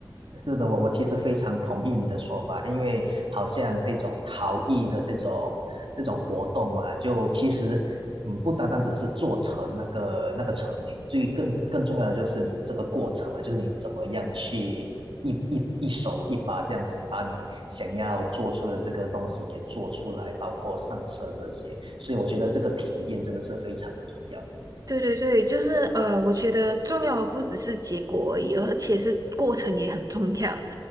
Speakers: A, on the right (about 85°); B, on the right (about 45°).
A: 是的，我我其实非常同意你的说法，因为好像这种陶艺的这种这种活动啊，就其实嗯，不单单只是做成那个那个成品，最更更重要的就是你这个过程嘛，就是你怎么样去一一一手一把这样子把你想要做出的这个东西给做出来，包括上色这些，所以我觉得这个体验真的是非常的重要。
B: 对对对，就是呃，我觉得重要的不只是结果而已，而且是过程也很重要。